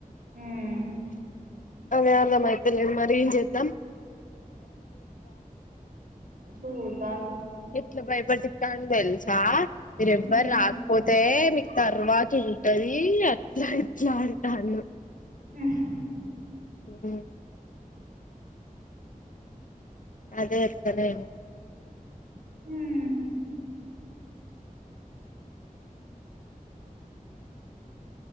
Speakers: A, on the right; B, on the left.
A: మ్
B: అదే అన్న మైథిలి నెంబర్ ఏం చేద్దాం?
A: సూద్
B: ఎట్ల బయపెట్టి తాండు తెల్స్ రా మీర ఎవ్వరు
A: మ్
B: రాకపోతే మీకు తర్వాత ఉంటది, అట్లా ఇట్లా అంటాండు.
A: ఉహ్
B: ఉమ్ అదే ఎట్లానేమో
A: హ్మ్